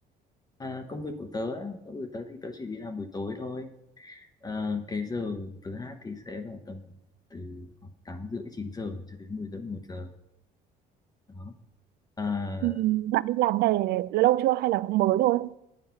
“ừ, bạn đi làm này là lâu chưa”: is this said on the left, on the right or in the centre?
Right